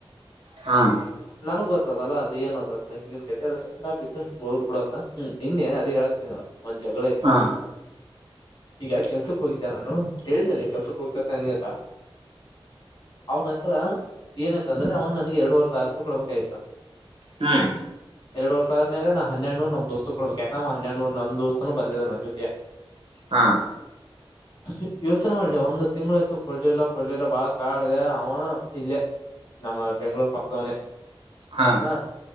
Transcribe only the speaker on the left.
ನ ಗೊ ಇತ್ತದಲ್ಲ ಅದು ಏನದ ಹಿನ ಕ ಅದ ನಾ ಬಿ ಹೋಗ್ ಬಿಡತ್ತ ಹ್ಮ್ ನಿನ್ನೆ ಅದು ಹೇಳಾಕತನಲ್ಲ ಒಂದ್ ಜಗಳ ಆಯ್ತ
ಈಗ ಕೆಲ್ಸಕ್ ಹೋಗಿದ್ದೆ ನಾನು ಹೇಳಿದನ ನೀ ಕೆಲ್ಸಕ್ ಹೋಗ್ತ ಸಂಂಗಯತ ಅವನ ಹತ್ರ ಏನಾಯ್ತ ಅಂದ್ರೆ ಅವನ್ ನನ್ಗೆ ಎರಡುವರೆ ಸಾವಿರ ರೂಪಾಯಿ ಕೊಡ್ಬೇಕಾಯತ
ಎರಡು ವರ್ಷ ಆದದನ ನಾ ಹೆಡ್ನೂ ನಮ ದೋಸ್ತ್ ಕೊಡ್ಬೇಕಾ ನ ಹನ್ನೆಡ್ನೂ ನಂದ ದೋಸ್ತನು ಬಂದಿದ್ ನನ್ನ ಜೊತೆ
ಹ ಯೋಚನೆ ಮಾಡ್ಲ ಒಂದ್ ತಿಂಗ್ಳಯ್ತು ಕೊಡ್ಲಿಲ್ಲ ಕೊಡ್ಲಿಲ್ಲ ಬಾಳ ಕಾಡ್ದ ಅವ ಇಲ್ಲ ನಮ್ಮ ಬೆಂಗ್ಗಳೂರ್ ಪಕ್ಕದವನೆ
ಹ